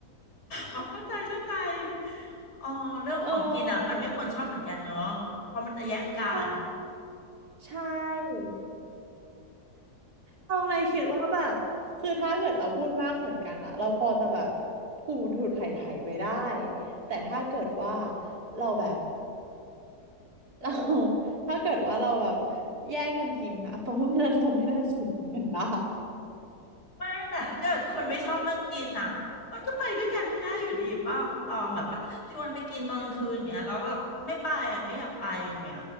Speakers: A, on the left (about 85°); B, on the right (about 70°).
A: อ๋อเข้าใจเข้าใจอ๋อเรื่องของกินอ่ะมันไม่ควรชอบเหมือนกันเนอะเพราะมันจะแย่งกัน
B: เออใช่ใช่ต้องเลยคิดว่าแบบคือถ้าเกิดเราพูดมากเหมือนกันอะเราพอจะแบบถูถูไถ่ไถ่ไปได้แต่ถ้าเกิดว่าเราแบบ <laughs> เรา <laughs> ถ้าเกิดว่าเราแบบแย่งกันกินนะตรงว่านั้นเราไม่น่า <laughs> ถึงกันได้
A: ไม่แต่ถ้าเกิดคนไม่ชอบเรื่องกินอ่ะมันก็ไปด้วยกันไม่ได้อยู่ดีป้าคุณตองแบบว่าชวนไปกินตอนกลางคืนอย่างเงี้ยแล้วแบบไม่ไปอ่ะไม่อยากไปอย่างเงี้ย